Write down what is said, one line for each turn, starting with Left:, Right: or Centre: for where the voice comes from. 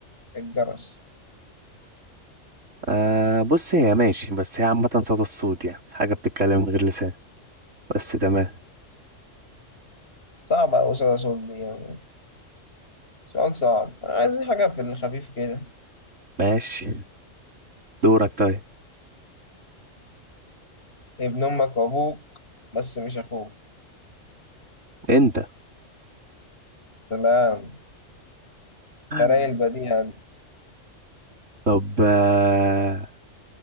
Left: الجرس
Right: آه بص هي ماشي بس هي عامة صدى الصوت يعني حاجة بتتكلم من غير لسان بس تمام
Left: صعب على وصول صوت دي يعني سؤال صعب عايزين حاجه في الخفيف كده
Right: ماشي دورك طيب
Left: ابن امك وابوك بس مش اخوك
Right: انت
Left: سلام
Right: <laughs>
Left: تراي البديهة انت
Right: طب آه